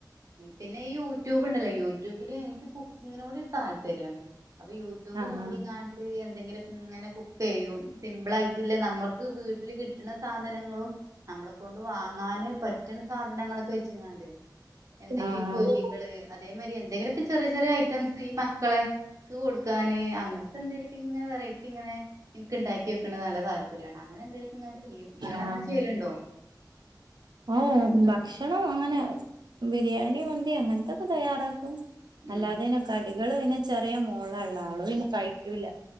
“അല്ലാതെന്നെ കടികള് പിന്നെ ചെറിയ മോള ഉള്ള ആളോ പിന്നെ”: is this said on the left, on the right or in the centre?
Right